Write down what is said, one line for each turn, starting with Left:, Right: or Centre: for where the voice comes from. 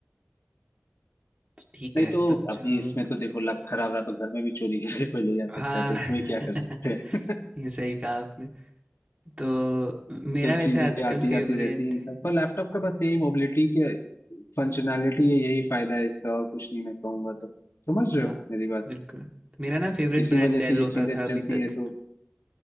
Right: तो ठीक
Left: नहीं
Right: है
Left: तो
Right: तो
Left: अभी
Right: जो
Left: इसमें तो देखो लक खराब रहा तो घर में भी चोरी करके कोई ले जा
Right: हाँ
Left: सकता है तो इसमें क्या
Right: <laughs>
Left: कर सकते हैं
Right: ये सही कहा आपने तो
Left: <laughs>
Right: मेरा
Left: तो
Right: वैसे
Left: चीजें
Right: आजकल
Left: आती
Right: फेवरेट
Left: जाती रहती हैं इंसान पर लैपटॉप का बस यही मोबिलिटी के फंक्शनैलिटी है यही फायदा है इसका और कुछ नहीं मैं कहूंगा तो समझ रहे
Right: हाँ
Left: हो मेरी बात
Right: बिल्कुल मेरा ना फेवरेट
Left: इसी
Right: ब्रांड
Left: वजह
Right: डेल
Left: से ये
Right: होता
Left: चीजें
Right: था
Left: चलती
Right: अभी तक
Left: है तो